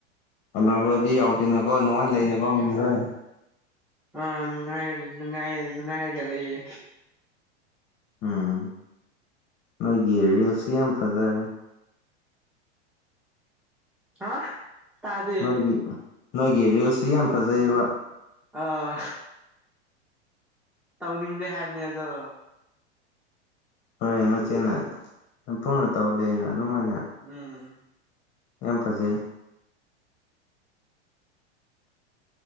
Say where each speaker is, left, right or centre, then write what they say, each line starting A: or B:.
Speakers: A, on the left; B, in the centre.
A: ꯑꯅꯥꯕꯗꯤ ꯌꯥꯎꯗꯦꯅꯀꯣ ꯅꯨꯡꯉꯥꯏꯅ ꯂꯩꯅꯀꯣ ꯃꯤ ꯃꯔ
B: ꯑꯥ ꯅꯨꯡꯉꯥꯏꯔꯦ ꯅꯨꯡꯉꯥꯏ ꯅꯨꯡꯉꯥꯏꯔꯒ ꯂꯩꯌꯦ
A: ꯎꯝ ꯅꯣꯏꯒꯤ ꯔꯤꯜꯁꯁꯨ ꯌꯥꯝ ꯐꯖꯔꯦ
B: ꯍꯥ ꯇꯥꯗꯦ
A: ꯅꯣꯏꯒꯤ ꯅꯣꯏꯒꯤ ꯔꯤꯜꯁꯁꯤ ꯌꯥꯝ ꯐꯖꯩꯕ
B: ꯑꯥ ꯇꯧꯅꯤꯡꯗꯦ ꯍꯥꯏꯕꯅꯦ ꯑꯗꯣ
A: ꯐꯔꯦ ꯅꯆꯦꯅ ꯌꯥꯝ ꯐꯨꯅ ꯇꯧ ꯂꯩ ꯑꯅ ꯑꯗꯨꯃꯥꯏꯅ
B: ꯎꯝ
A: ꯌꯥꯝ ꯐꯖꯩ